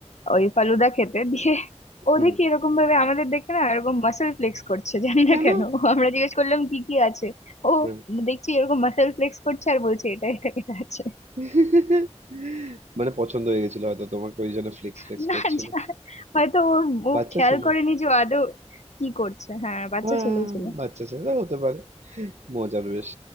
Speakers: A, on the left (about 80°); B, on the right (about 80°).
A: ওই ফালুদা খেতে দিয়ে ও
B: হুম
A: দেখি এরকম ভাবে আমাদের দেখে না এরকম মাসেল ফ্লেক্স করছে জানি না
B: কেন
A: কেন <laughs> আমরা জিজ্ঞেস করলাম কি কি আছে ও
B: হুম।
A: দেখছি এরকম মাসেল ফ্লেক্স করছে আর বলছে এটা এটা এটা আছে
B: <laughs> মানে পছন্দ হয়ে গেছিল হয়তো তোমাকে ওই জন্য ফ্লেক্স
A: <laughs>
B: ফ্লেক্স
A: না
B: করছিল
A: যা হয়তো ও ও
B: বাচ্চা
A: খেয়াল
B: ছেলে
A: করেনি যে ও আদৌ কি করছে হ্যাঁ বাচ্চা
B: হ্যাঁ
A: ছেলেই ছিল
B: বাচ্চা ছেলে তা হতে পারে মজার বেশ